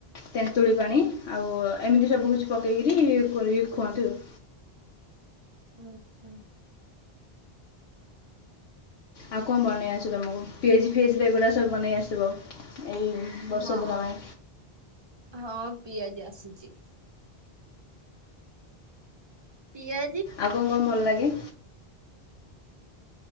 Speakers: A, on the left (about 80°); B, on the right (about 30°).
A: ତେନ୍ତୁଳି ପାଣି ଆଉ ଏମିତି ସବୁ କିଛି ପକେଇକିରି ଖୁଅନ୍ତି ଖୁଆନ୍ତି ଆଉ।
B: ଆଚ୍ଛା।
A: ଆଉ କଣ ବନେଇ ଆସେ ତମକୁ ପିଆଜି ଫିଆଜି ଏଗୁରା ସବୁ ବନେଇ ଆସିବ। ଏଇ ବର୍ଷା
B: ହଁ
A: ଦିନ ପାଇଁ
B: ହଁ ପିଆଜି ଆସୁଚି। ପିଆ
A: ଆଉ କଣ କଣ ଭଲ ଲାଗେ?